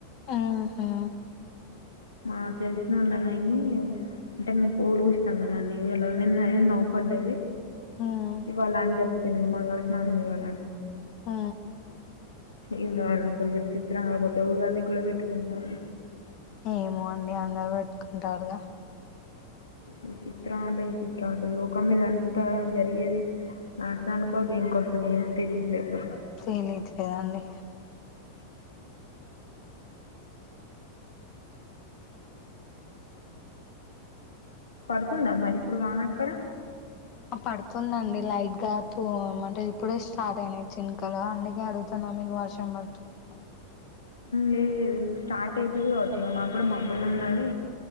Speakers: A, on the left; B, on the left.
A: ఆహా
B: మా తెలిసిన వాళగాయన్ని అంటే పోల్కు ఇస్తంగాద ఎలా నిన్న నిన్న న్వు పడ్డేది
A: మ్మ్
B: ఇవళ అని చెప్ప తి మంగళ స్నానం వాళన్
A: ఆ
B: ఇందు వాళ్ళని అసలురు చిత్రం కాకపోతే అది కూడా పెట్టుకుంటాి
A: ఏమో అండి అందరుూ పెట్టుకుంటారుగా
B: ఈ చిత్రం అంటే ఈ చిత్రం అసలు లోకం మీదంతా జరిగేది నాశ అనుకోాలి దేనికి అసలు ఏం తెలియట్లేదు అసలు
A: తెలియట్లేదండి
B: పడుతుందామ్ మరి ఇప్పుడు వాన అక్కడ
A: ఆ పడుతుందండి లైట్ గా త అంటే ఇప్పుడే స్టార్ట్ అయినయి చినకలు అందుకే అడుగుతున్నా మీకు వర్షం పడుతున్నా
B: లేదు లేదు స్టార్ట్ అవుతుది కావచ్చు ఇంక మాకు కూడా మాబ్బులు ఉన్నది